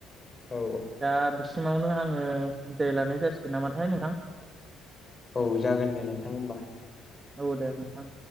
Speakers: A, on the left; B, on the right.
A: औ
B: दा बिसिमावनो आङो बिदाय लानाय जासिगोन नामाथाय नोंथां?
A: औ जागोन दे नोंथां होमबा।
B: औ दे नोंथां।